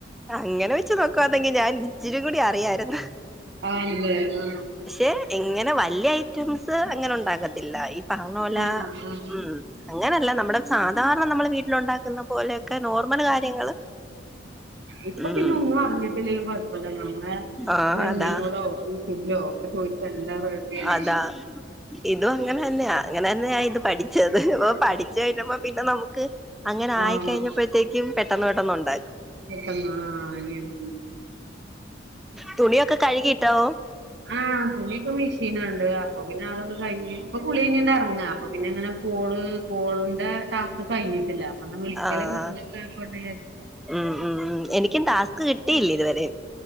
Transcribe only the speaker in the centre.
അങ്ങനെ വെച്ച് നോക്കുവാന്നെങ്കി ഞാൻ ഇച്ചിരീം കൂടി അറിയാര്ന്നു.
ഏ ഇങ്ങനെ വല്ല്യേ ഐറ്റംസ് അങ്ങനെ ഉണ്ടാക്കത്തില്ല ഈ പറഞ്ഞ പോലാ
മ് അങ്ങനല്ല നമ്മുടെ സാധാരണ നമ്മള് വീട്ടിലൊണ്ടാക്ക്ന്ന പോലെയൊക്കെ നോർമല് കാര്യങ്ങള്
ഉം
ആഹ്
അതാ
അതാ ഇതും അങ്ങനെ തന്നെയാ അങ്ങനെന്നെയാ ഇത് പഠിച്ചത് അപ്പൊ പഠിച്ച് കഴിഞ്ഞപ്പോ പിന്നെ നമുക്ക് അങ്ങനെ
ആയിക്കഴിഞ്ഞപ്പഴത്തേക്കും പെട്ടന്ന് പെട്ടന്നു ണ്ടായി
തുണിയൊക്ക കഴുകിയിട്ടോ
ആഹ്
ഉം ഉം ഉം എനിക്കും ടാസ്ക് കിട്ടീല്ലിതുവരെ